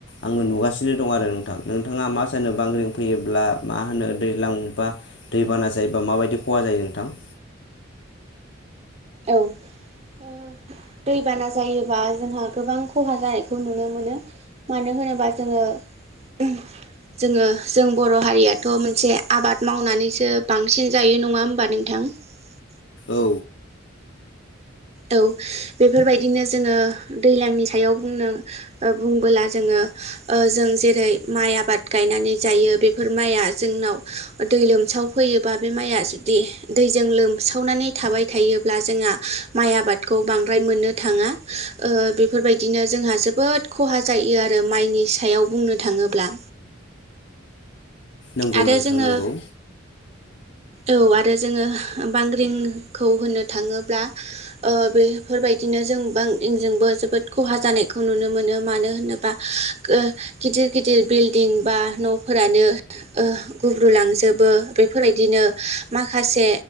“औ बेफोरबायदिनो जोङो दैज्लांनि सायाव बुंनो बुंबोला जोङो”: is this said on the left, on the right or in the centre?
Right